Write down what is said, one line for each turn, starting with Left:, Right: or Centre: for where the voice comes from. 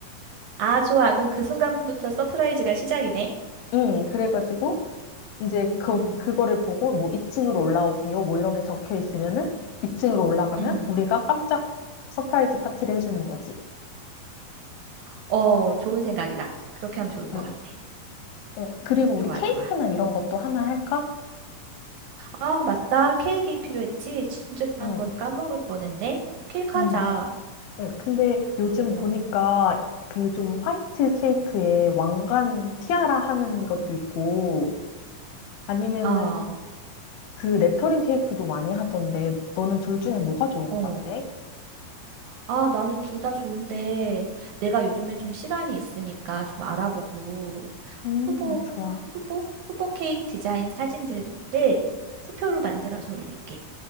Right: 아, 좋아. 그럼 그 순간부터 서프라이즈가 시작이네.
Left: 응, 그래가지고, 이제 그
Right: 응,
Left: 그거를 보고 뭐 2층으로 올라오세요. 뭐 이런 게 적혀 있으면은 2층으로 올라가면
Right: 응.
Left: 우리가 깜짝 서프라이즈 파티를 해주는 거지.
Right: 어, 좋은 생각이다. 그렇게 하면 좋을 것
Left: 응.
Right: 같아.
Left: 어, 그리고 우리
Right: 좋아,
Left: 케이크나
Right: 좋아.
Left: 이런 것도 하나 할까?
Right: 아, 맞다. 케이크 필요했지. 진짜 좋아하는
Left: 응.
Right: 건 까먹을 뻔했네. 케이크
Left: 응.
Right: 하자.
Left: 응. 근데 요즘
Right: 어.
Left: 보니까 그 좀 화이트 케이크에 왕관 티아라 하는 것도 있고 아니면은
Right: 아,
Left: 그 레터링 케이크도 많이 하던데 너는 둘 중에 뭐가 좋은
Right: 어.
Left: 것 같아?
Right: 아, 나는 둘 다 좋은데 내가 요즘에 좀 시간이 있으니까 좀 알아보고
Left: 음,
Right: 후보,
Left: 좋아.
Right: 후보, 후보 케이크 디자인 사진들을 투표로 만들어서 올릴게.